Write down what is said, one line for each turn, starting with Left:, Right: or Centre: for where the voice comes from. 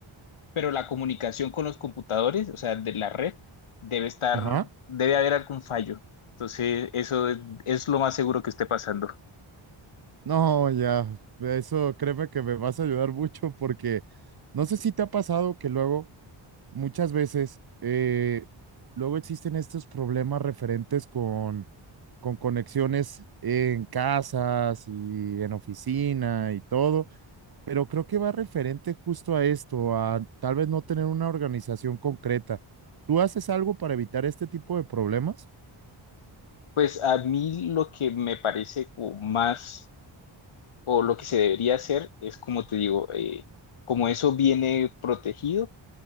Left: pero la comunicación con los computadores, o sea, de la red, debe estar,
Right: ajá.
Left: debe haber algún fallo. Entonces, eso es, es lo más seguro que esté pasando.
Right: No, ya, eso créeme que me vas a ayudar mucho porque no sé si te ha pasado que luego, muchas veces, eh, luego existen estos problemas referentes con, con conexiones en casas y en oficina y todo, pero creo que va referente justo a esto, a tal vez no tener una organización concreta. ¿Tú haces algo para evitar este tipo de problemas?
Left: Pues a mí lo que me parece como más, o lo que se debería hacer, es como te digo, eh, como eso viene protegido,